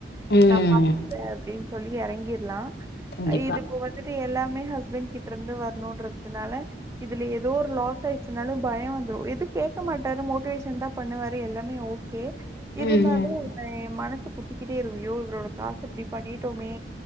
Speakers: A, on the left; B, on the right.
A: ம்
B: அதுநான் பாத்துக்கிறே அப்டி சொல்லி எறங்கிடலா
A: கண்டிப்பா
B: இது இப்ப வந்துட்டு எல்லா மே ஹஸ்பன்ட் கித் <unintelligible> இருந்து வரணுங்கிறது அதனால இதுல ஏதோ ஒரு லாஸ் ஆயிடுச்சுனாலு பயோ வந்துரும் எதுக்கு கேக்க மாட்டாரு மோட்டிவேஷன் தா பண்ணுவாரு எல்லாமே ஓ கே‌ இருந்தாலு
A: ம் ம்
B: இப்ப என் மனசு சுத்திக்கிட்டே இருக்கு ஐயோ இவரோட காசு இப்டி பண்ணிட்டோமே